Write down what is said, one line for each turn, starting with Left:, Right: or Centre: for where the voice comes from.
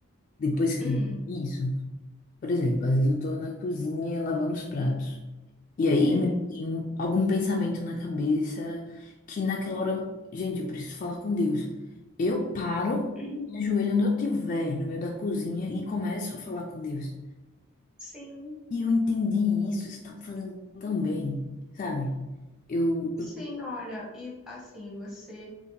Left: Depois que
Centre: Hum,
Left: eu entendi isso. Por exemplo, às vezes eu tô na cozinha lavando os pratos. E aí
Centre: sim.
Left: me tem um- algum pensamento na cabeça que naquela hora, gente, eu preciso falar com Deus. Eu paro,
Centre: Uhum.
Left: me ajoelho onde eu estiver, no meio da cozinha, e começo a falar com Deus.
Centre: Sim,
Left: E eu entendi isso, isso tá me fazendo tão bem, sabe? Eu,
Centre: sim,
Left: eu,
Centre: olha, e assim, você.